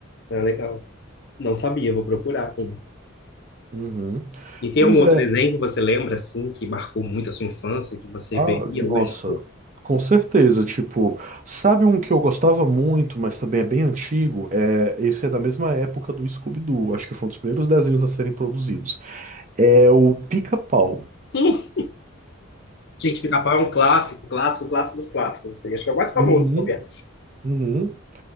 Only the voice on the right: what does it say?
Uhum.
Pois
é,
ah,
nossa,
com certeza. Tipo, sabe um que eu gostava muito, mas também é bem antigo? É, esse é da mesma época do Scooby-Doo, acho que foi um dos primeiros desenhos a serem produzidos. É o Pica-Pau.
Uhum,
uhum.